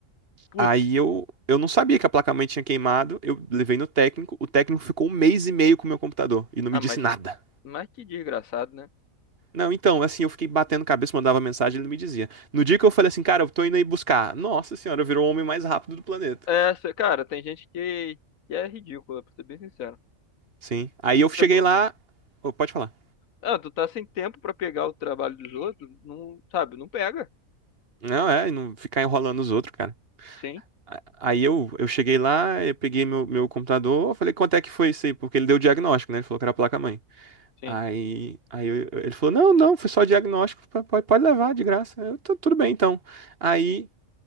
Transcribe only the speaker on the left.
Putz,
ah,
mas
Mas que desgraçado, né?
É, cê- cara, tem gente que, que é ridícula, pra ser bem sincero.
Tipo,
ah, tu tá sem tempo pra pegar o trabalho dos outros, não, sabe, não pega.
Sim,
sim.